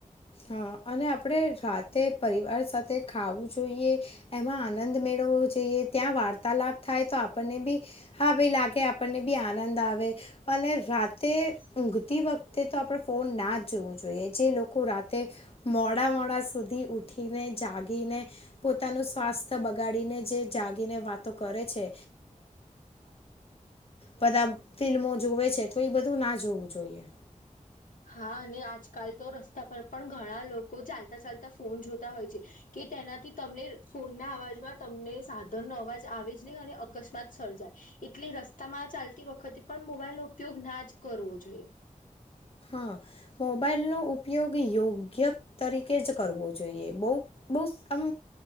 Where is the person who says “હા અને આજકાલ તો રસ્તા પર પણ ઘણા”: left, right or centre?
Left